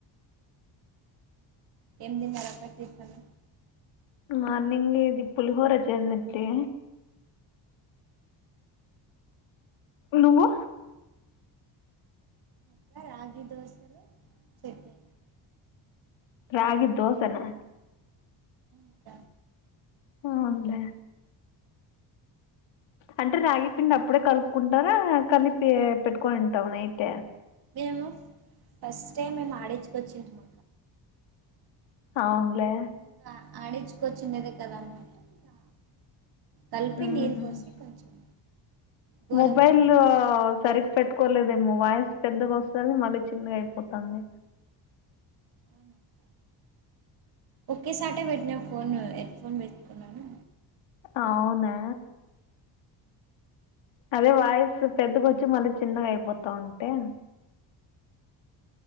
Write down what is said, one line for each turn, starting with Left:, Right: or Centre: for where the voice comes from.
Right: ఎం తిన్నరక్క టిఫిన్
Left: మార్నింగ్ ఇది పులి హోరా చేేసింటీ నువ్వు
Right: ఇంకా రగి దోసలు చట్నీ
Left: రాగి దోసనా
Right: అక్క
Left: ఆవున్లే అంటే రాగి పిండి అప్పుడే కలుపుకుంటారా కలిపి పెట్టుకొని ఉంటాముని అయితే
Right: మేము ఫస్ట్ టైం మేము ఆడిచ్చుకొచ్చింటిమి
Left: అవున్లే
Right: ఇంగ ఆడించుకొచ్చిండేదే కదా అన్నట్టు ఇంకా కలిపి
Left: ఉమ్
Right: నీరు పోసి కొంచెం గోధుమ
Left: మొబైల్
Right: పిండి పోసి
Left: సరి పెట్టుకోలేదేమో వాయిసు పెద్దగా వస్తది మళ్ళీ చిన్నగా అయిపోతాంది
Right: అనక్క ఒక్కేసాటే పెట్నా ఫోన్ ఎడ్ ఫోన్ పెట్టుకున్నాను
Left: అవునా అదే వాయిస్సు పెద్దగా వచ్చి మళ్ళీ చిన్నగా అయిపోతా ఉంటే